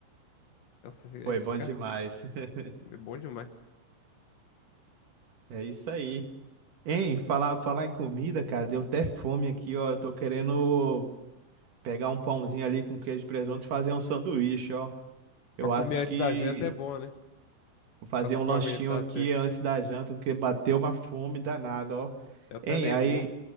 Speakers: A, on the left; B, on the right.
A: Nossa, aí
B: Foi
A: fica
B: bom demais. <laughs>
A: é bom demais.
B: É isso aí. Hein, falar, falar em comida, cara, deu até fome aqui, ó. Eu tô querendo pegar um pãozinho ali com queijo e presunto e fazer um sanduíche, ó. Eu
A: Pra comer
B: acho
A: antes
B: que
A: da janta é bom, né?
B: Vou fazer
A: Passa
B: um
A: pra
B: lanchinho
A: aguentar
B: aqui
A: até.
B: antes da janta, porque bateu uma fome danada, ó.
A: Eu também
B: Hein, aí
A: vou.